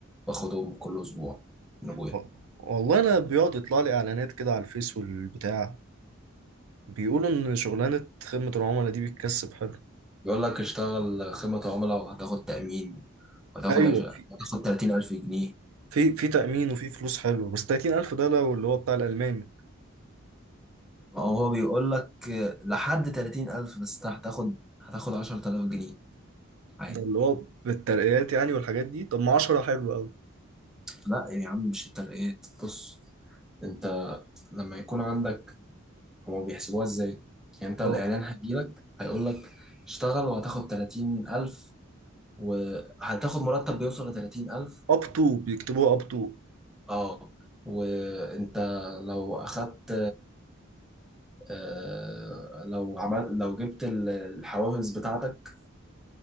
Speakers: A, in the centre; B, on the right.
A: باخدهم كل اسبوع من ابويا
B: و- والله انا بيقعد يطلع لي اعلانات كده على الفيس والبتاع بيقولوا ان شغلانه خدمه العملاء دي بتكسب حلو
A: بيقول لك اشتغل خدمة عملاء وهتاخد تأمين وهتاخد
B: أو ايوه
A: عش...
B: في
A: هتاخد 30000 جنيه
B: في في تامين وفي فلوس حلو بس 30000 ده لو اللي هو بتاع الالماني
A: ما هو بيقول لك لحد 30000 بس انت هتاخد هتاخد 10000 جنيه عادي
B: ده اللي هو بالترقيات يعني والحاجات دي طب ما 10 حلو قوي
A: لا يا عم مش الترقيات بص انت لما يكون عندك هما بيحسبوها ازاي يعني انت الاعلان
B: اه
A: هيجيلك هيقول لك اشتغل وهتاخد 30000 وهتاخد مرتب بيوصل ل 30000
B: اب تو بيكتبوها اب تو
A: اه وانت لو اخدت آه، لو عمل لو جبت ال- الحوافز بتاعتك